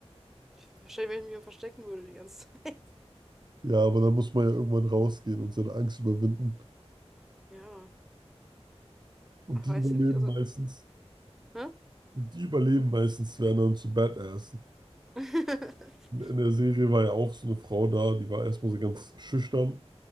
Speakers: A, in the centre; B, on the right (about 40°).
A: Ich, wahrscheinlich, wenn ich mich hier verstecken würde die ganze <laughs> Zeit.
B: Ja, aber dann muss man ja irgendwann rausgehen und seine Angst überwinden.
A: Ja.
B: Und
A: Ach,
B: die
A: weiß
B: überleben
A: ja nicht. Also,
B: meistens.
A: hä?
B: Und die überleben meistens, werden dann zu Badassen.
A: <laughs>
B: In in der Serie war ja auch so eine Frau da, die war erstmal so ganz schüchtern.